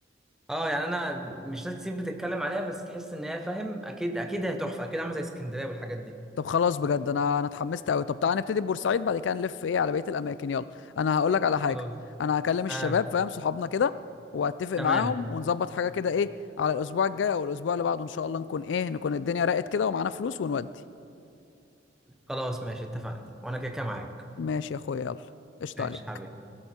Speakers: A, in the centre; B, on the left.
A: اه يعني انا مش ناس كتير بتتكلم عليها بس تحس ان هي فاهم اكيد اكيد هي تحفه اكيد عامله زي اسكندريه والحاجات دي
B: طب خلاص بجد انا انا اتحمست قوي طب تعالى نبتدي ببورسعيد بعد كده نلف ايه على بقيه الاماكن يلا انا هقول لك على حاجه
A: خلاص
B: انا هكلم الشباب
A: اه
B: فاهم صحابنا كده واتفق معاهم
A: تمام
B: ونظبط حاجه كده ايه على الاسبوع الجاي او الاسبوع اللي بعده ان شاء الله نكون ايه نكون الدنيا راقت كده ومعانا فلوس ونودي
A: خلاص ماشي اتفقنا وانا كده كده معاك
B: ماشي يا اخويا يلا قشطه
A: ماشي
B: عليك
A: حبيبي